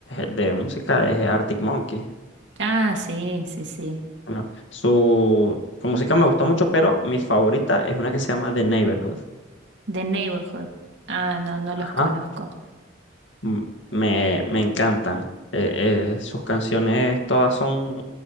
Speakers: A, on the left; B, on the right.
A: de música es Arctic Monkey.
B: Ah, sí, sí, sí.
A: Bueno, su, su música me gusta mucho, pero mi favorita es una que se llama The Neighborhood.
B: The Neighborhood. Ah, no, no los
A: Ajá,
B: conozco.
A: m- me, me encantan. Eh, eh, sus canciones todas son,